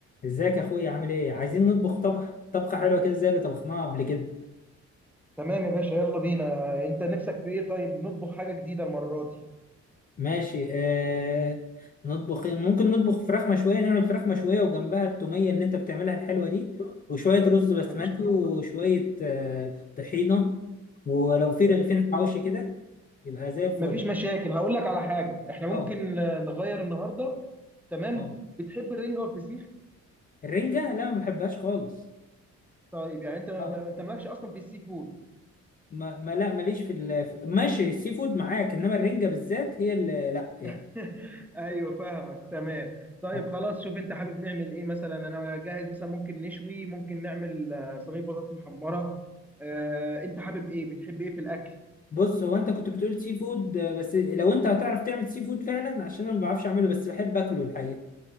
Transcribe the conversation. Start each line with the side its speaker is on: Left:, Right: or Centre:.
Left: ازيك يا اخويا عامل ايه عايزين نطبخ طبخ طبخه حلوه كده زي اللي طبخناها قبل كده
Centre: تمام يا باشا يلا بينا انت نفسك في ايه طيب نطبخ حاجه جديده المره دي
Left: ماشي آه... نطبخ إيه؟ ممكن نطبخ فراخ مشويه نعمل فراخ مشويه وجنبها التوميه اللي انت بتعملها الحلوه دي وشويه رز بسمتي
Centre: مفيش
Left: وشويه آه... طحينه ولو في رغيفين حواوشي كده يبقى زي الفل
Centre: مفيش مشاكل هقول لك على حاجه احنا ممكن
Left: اه
Centre: آه، نغير النهارده تمام
Left: اه
Centre: بتحب الرنجه والفسيخ
Left: الرنجه لا ما بحبهاش خالص
Centre: طيب يعني انت ما-
Left: اه
Centre: انت مالكش اصلا في السي فود
Left: ما, ما لا ماليش في ال... في- ماشي السي فود معاك انما الرنجه بالذات هي اللي لا يعني
Centre: <laughs> ايوه فاهمك تمام طيب
Left: اه.
Centre: خلاص شوف انت حابب نعمل ايه مثلا انا جاهز مثلا ممكن نشوي ممكن نعمل آه، صينيه بطاطس محمره آه، انت حابب ايه بتحب ايه في الاكل
Left: بص هو انت كنت بتقول سي فود آه، بس لو انت هتعرف تعمل سي فود فعلا عشان انا ما بعرفش اعمله بس بحب اكله الحقيقه